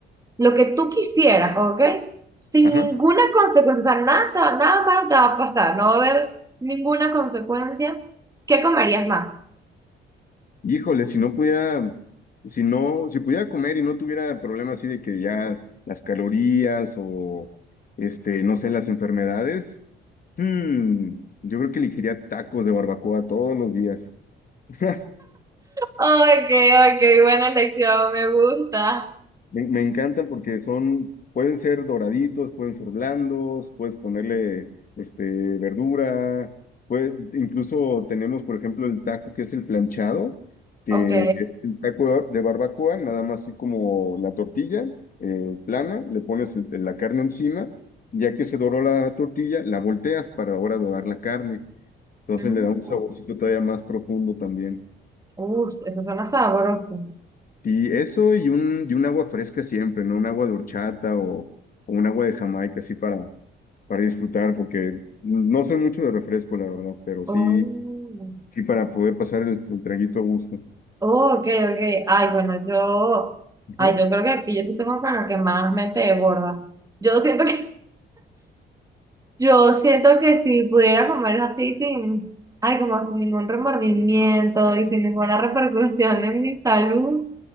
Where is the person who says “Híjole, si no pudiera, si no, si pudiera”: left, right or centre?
Left